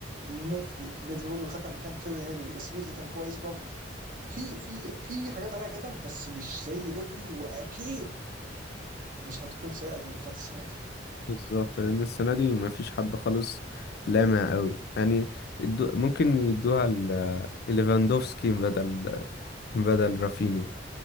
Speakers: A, on the right (about 45°); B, on the left (about 60°).
A: ندفي ندفي برضه خدها مكان تيري هنري بس ندفي كان كويس برضه في في في حاجات عليها جدل بس مش زي بودري واكيد مش هتكون سيئه زي بتاعت السنه دي
B: بالظبط لان السنه دي ما فيش حد خالص لامع قوي يعني يدو ممكن يدوها ل- ليفاندوفسكي بدل بدل رافينيا